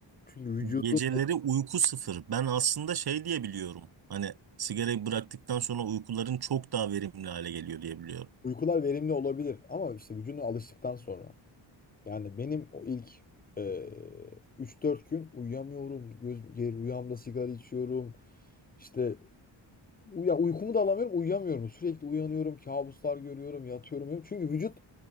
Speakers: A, on the left; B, on the right.
A: Çünkü vücudun
B: Geceleri uyku sıfır. Ben aslında şey diye biliyorum. Hani sigarayı bıraktıktan sonra uykuların çok daha verimli hale geliyor diye biliyorum.
A: uykular verimli olabilir ama işte vücuduna alıştıktan sonra. Yani benim o ilk e, 3-4 gün uyuyamıyorum. Göz, geri rüyamda sigara içiyorum. İşte ya uykumu da alamıyorum, uyuyamıyorum. Sürekli uyanıyorum, kabuslar görüyorum, yatıyorum. uyuyorum. Çünkü vücut